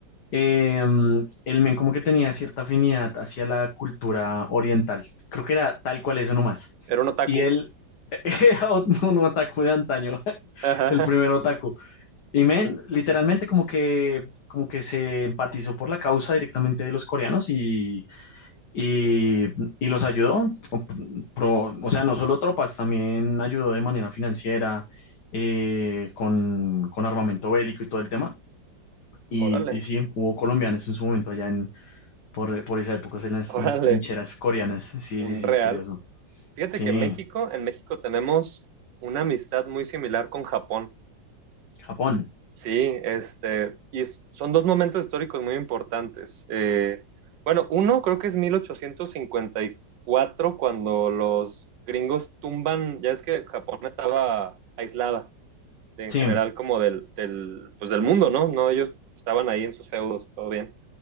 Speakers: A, on the left; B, on the right.
A: Eh, mm, el men como que tenía cierta afinidad hacia la cultura oriental. Creo que era tal cual eso nomás.
B: Era un otaku.
A: Y él <laughs> era un un otaku de antaño,
B: Ajá.
A: el primer otaku. Y men, literalmente como que, como que se empatizó por la causa directamente de los coreanos y, y, y los ayudó. O, pro- o sea, no solo tropas, también ayudó de manera financiera, eh, con, con armamento bélico y todo el tema. Y,
B: Órale,
A: y sí, hubo colombianos en su momento allá en, por, por esa época en las,
B: órale,
A: en las trincheras coreanas. Sí,
B: un
A: sí, sí,
B: real.
A: curioso.
B: Fíjate
A: Sí,
B: que México, en México tenemos una amistad muy similar con Japón.
A: Japón.
B: Sí, este, y s- son dos momentos históricos muy importantes. Eh, bueno, uno creo que es mil ochocientos cincuenta y cuatro cuando los gringos tumban, ya es que Japón estaba aislada de-
A: Sí,
B: en general como del, del, pues del mundo, ¿no? No, ellos estaban ahí en sus feudos, todo bien.